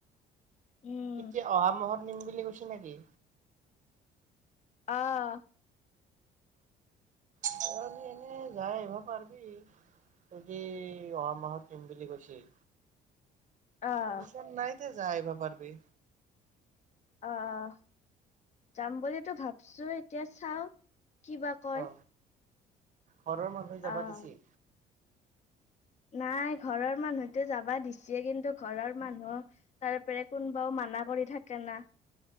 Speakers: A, on the left; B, on the right.
A: উম
B: এতিয়া অহা মাহত। নিম বুলি কৈছ নেকি!
A: অঁ।
B: তহতি এনে যাই আহিব পাৰিবি, যদি অহা মাহত নিম বুলি কৈছিল।
A: আহ
B: ওচৰত নাই। যায় আহিব পাৰবি।
A: অঁ'''' যাম বুলিতো ভাৱছো' এতিয়া চাওঁ কিবা কয়।
B: অ ঘৰৰ মানুহে যাবা
A: আহ
B: দিছি?
A: নাই ঘৰৰ মানুহতো যাবা দিছে কিন্তু ঘৰৰ মানুহ তাৰপৰাও কোনোবাও মানা কৰি থাকে না।